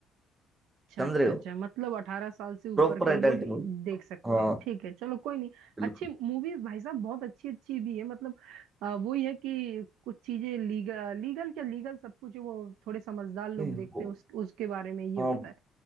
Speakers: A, on the right; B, on the right.
A: अच्छा
B: समझ
A: अच्छा
B: रहे हो
A: अच्छा मतलब अठारह साल से ऊपर
B: प्रॉपर
A: के
B: एडल्ट
A: लोग
B: मूवी
A: देख सकते
B: हाँ
A: हैं ठीक है चलो कोई नहीं
B: बिल्कुल
A: अच्छी मूवी भाई साहब बहुत अच्छी अच्छी भी है मतलब आ, वो ही है कि कुछ चीजें लीगल लीगल क्या लीगल सब कुछ है, वो थोड़े समझदार लोग
B: नहीं
A: देखते
B: वो
A: हैं उस, उसके बारे में ये
B: हाँ
A: होता है